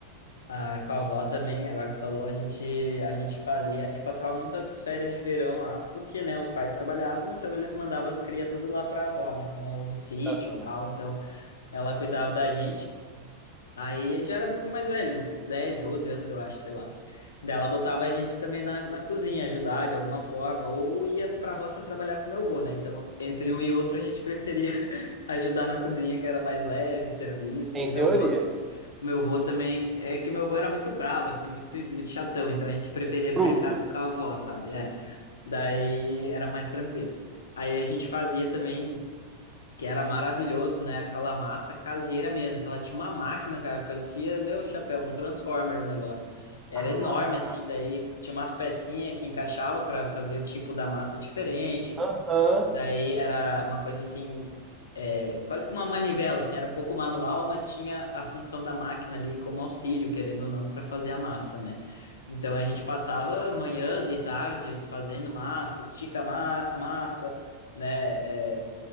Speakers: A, on the left; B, on the right.
A: ah, com a avó também, agora tu falou, a gente, a gente fazia, a gente passava muitas férias de verão lá, porque, né, os pais trabalhavam, então eles mandavam as crias tudo lá para a avó, né, no, no sítio
B: Aham.
A: e tal, então ela cuidava da gente. Aí a gente era um pouquinho mais velho, uns 10, 12 anos, eu acho, sei lá. Daí ela botava a gente também na, na cozinha, ajudar de alguma forma, ou ia pra roça trabalhar com meu avô, né? Então, entre um e outro, a gente preferia <laughs> ajudar na cozinha, que era mais leve, serviço.
B: Em
A: E
B: teoria.
A: meu avô, meu avô também, é que meu avô era muito bravo, assim, muito, muito chatão, então a gente preferia
B: Fruto.
A: ficar em casa com a avó, sabe? É. Daí era mais tranquilo. Aí a gente fazia também que era maravilhoso, né? Aquela massa caseira mesmo, que ela tinha uma máquina, cara, parecia, meu chapéu, um Transformer o negócio. Era
B: Ah,
A: enorme, assim, daí tinha umas pecinhas que encaixava para fazer o tipo da massa diferente,
B: aham,
A: e daí era uma coisa assim, é, quase que uma manivela, assim, era um pouco manual, mas tinha a função da máquina ali como auxílio, querendo ou não, para fazer a massa, né? Então a gente passava manhãs e tardes fazendo massa, estica ma massa, né?